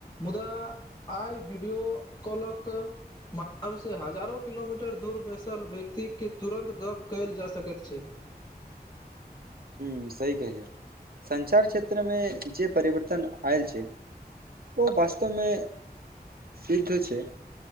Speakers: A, on the left; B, on the right.
A: मुद्दा आइ वीडियो कॉलक माध्यमसँ हजारो किलोमीटर दूर बैसल व्यक्ति के तुरन्त गप कयल जा सकैत छै
B: हूं सही कहलिय संचार क्षेत्र में जे परिवर्तन आयल छै ओ वास्तव में प्रसिद्ध छै